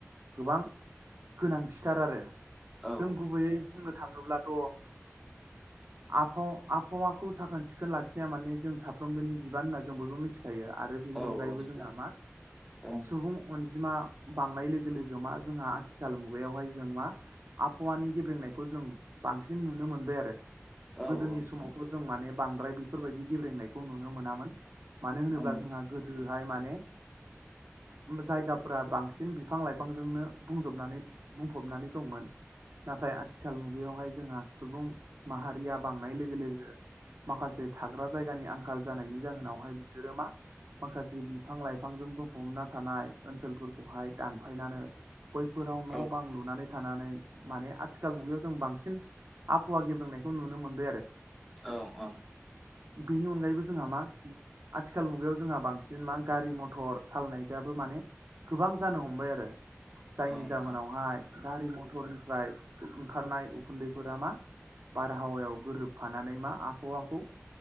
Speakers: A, on the right; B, in the centre.
A: गोबां गोनांथिथार आरो
B: औ
A: जों गुबैयै बुंनो थाङोब्लाथ' आबहावा आबहावाखौ साखोन सिखोन लाखिनाया माने जों साफ्रोमबोनि बिबान होनना जों बयबो मिथिगौ थायो आरो बिनि
B: औ
A: अनगायैबो
B: औ नोंथां
A: जोंहा मा
B: ओं
A: सुबुं अनजिमा बांनाय लोगो लोगो मा जोंहा आथिखाल मुगायावहाय जों मा आबहावानि गेब्रेंनायखौ जों बांसिन नुनो मोनबाय आरो
B: औ
A: गोदोनि
B: औ नोंथां
A: समावथ' जों माने बांद्राय बेफोर बायदि गेबरेंनायखौ नुनो मोनामोन मानो होनोबा
B: ओं
A: जोंहा गोदो जाय माने जायगाफोरा बांसिन बिफां लाइफांजोंनो बुंजोबनानै बुंफबनानै दंमोन नाथाय आथिखाल मुगायावहाय जोंहा सुबुं माहारिया बांनाय लोगो लोगो माखासे थाग्रा जायगानि आंखाल जानायनि जाहोनावहाय बिसोरो मा माखासे बिफां लाइफांजों बुंफबना थानाय ओनसोलफोरखौहाय दानफायनानै बैफोराव न'
B: औ
A: बां लुनानै थानानै माने आथि आथिखाल मुगायाव जों बांसिन आबहावा गेब्रोंनायखौ नुनो मोनबाय आरो
B: औ ओं औ
A: बेनि अनगायैबो जोंहा मा आथिखाल मुगायाव जोंहा बांसिन मा गारि मथर सालायनायफ्राबो माने गोबां जानो हमबाय आरो जायनि
B: औ नोंथां
A: जाहोनावहाय गारि मथरनिफ्राय ओंखारनाय उखुन्दैफोरा मा बारहावायाव गोरोबफानानै मा आबहावाखौ